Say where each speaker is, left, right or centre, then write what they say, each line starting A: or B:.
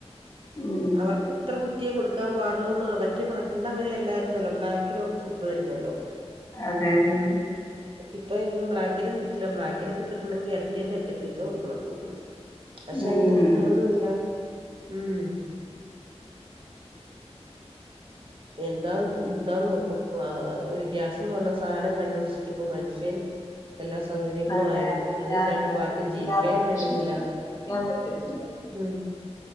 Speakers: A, on the left; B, on the right.
A: ഉം
B: അവർക്ക് ഇത്ര കുറ്റ്യെ കൊടുക്കാൻ പാടുള്ളൂന്നൊള്ളു മറ്റേ പണ്ട് അങ്ങനെ അല്ലായ്രുന്നല്ലോ ബ്ലാക്കിനൊക്കെ കിട്ട്വാരുന്നല്ലോ
A: അതെ അതെ അതെ
B: ഇപ്പ എങ്ങും ബ്ലാക്കിനും കിട്ടില്ല ബ്ലാക്കിനൊക്കെ കിട്ടണങ്കിൽ ഇരട്ടിൻ്റെ എര്ട്ടി പൈസ കൊട് തോന്നു പക്ഷെ
A: ഉം
B: അങ്ങനെ കിട്ടോന്നുല്ല ഉം എന്താ എന്താന്ന് നോക്കും ആഹ് ഒര് ഗ്യാസ്ന്ന് പർഞ്ഞ സാനം കണ്ടുട്ച്ചിട്ട് ഇപ്പ മൻഷ്യൻ ഉം എല്ലാ സൗകര്യങ്ങളു
A: അതെ
B: ആയി
A: അതില്ലാതെ
B: അതില്ലാണ്ട് ഇപ്പാർക്കും
A: അതില്ലാതെ
B: ജീവിക്കാനും
A: മനുഷ്യന്
B: പറ്റുന്നില്ല
A: ജീവിക്കാൻ പറ്റത്തില്ല.
B: ഉം